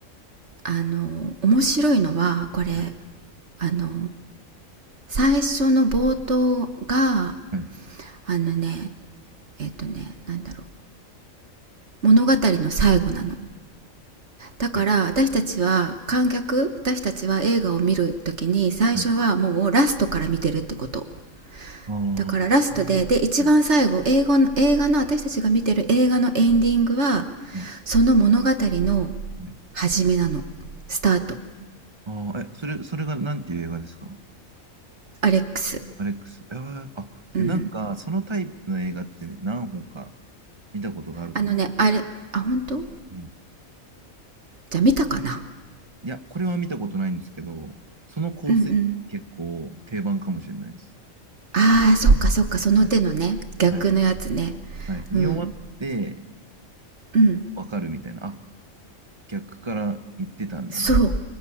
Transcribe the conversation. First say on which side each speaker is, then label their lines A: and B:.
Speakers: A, on the right; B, on the right.
A: あの面白いのはこれ
B: はい。
A: あの最初の冒頭が
B: はい。
A: あのねえっとねなんだろう物語の最後なの。だから私たちは観客私たちは映画を見るときに最初はもうラストから見てるってこと
B: えはい。あ
A: だからラストでで一番最後英語の映画の私たちが見てる映画のエンディングは
B: あ。はい。うん
A: その物語の
B: はい
A: 始めなのスタート
B: ああ、え、それ、それがなんていう映画ですか
A: アレックス
B: アレックス。えーあ、いやなんか、
A: うん
B: そのタイプの映画って何本か見たことがあるかも。
A: あのねあれあ本当
B: うん。
A: じゃあ見たかな
B: いや、これは見たことないんですけど、その構成結構定番かもしれないです。
A: うんうんあーそっかそっかその手のね逆のやつね
B: はい。はい。はい。見終わって
A: うんうん
B: わかるみたいな。あ、逆から言ってたんだみたい
A: そう